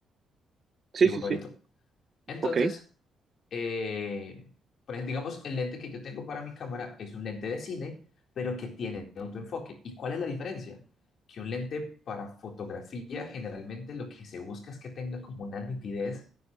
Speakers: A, on the right (about 35°); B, on the left (about 55°).
A: Sí,
B: Igualito.
A: sí, sí.
B: Entonces,
A: Ok,
B: eh, por ejemplo, digamos, el lente que yo tengo para mi cámara es un lente de cine, pero que tiene autoenfoque. ¿Y cuál es la diferencia? Que un lente para fotografía generalmente lo que se busca es que tenga como una nitidez,